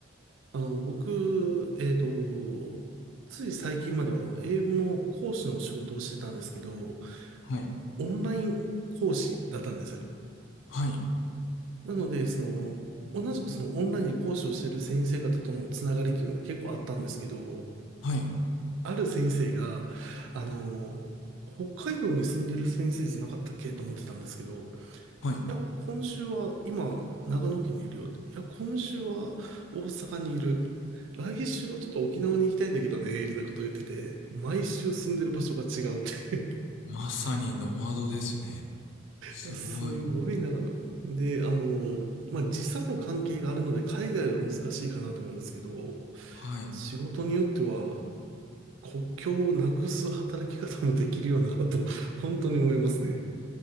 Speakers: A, on the right; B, on the left.
A: あの、僕、えっと、つい最近まではあの、英語の講師の仕事をしてたんですけど、
B: はい。
A: オンライン講師だったんですよ。
B: はい。
A: なので、その、同じくそのオンラインで講師をしている先生方とのつながりっていうのが結構あったんですけど、
B: はい。
A: ある先生が、あの、北海道に住んでる先生じゃなかったっけと思ってたんですけど、い
B: はい。
A: や、今週は今、長野県にいるよって、いや、今週は大阪にいる。来週はちょっと沖縄に行きたいんだけどね、みたいなことを言ってて、毎週住んでる場所が違うっていう
B: まさにノマドですね。すごい。
A: やすごいな。で、あの、まあ、時差の関係があるので、海外は難しいかなと思うんですけど、
B: はい。
A: 仕事によっては、国境をなくす働き方もできるよなと、<laughs> 本当に思いますね。